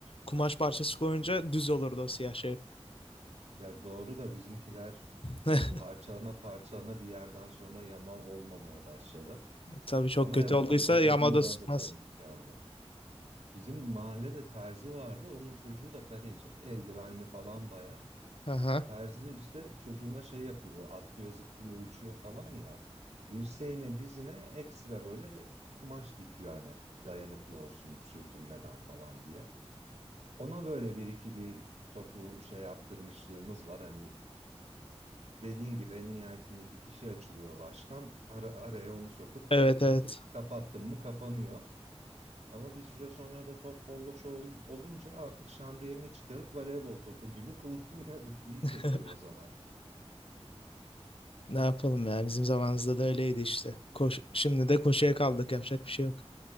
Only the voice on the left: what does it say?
kumaş parçası koyunca düz olurdu o siyah şey.
<laughs>
Tabii çok
kötü
olduysa
yamada
Anladım.
sıkmaz.
Aha.
Evet
evet.
<laughs>
Ne yapalım ya bizim zamanımızda da öyleydi işte. Koş, şimdi de koşuya kaldık yapacak bir şey yok.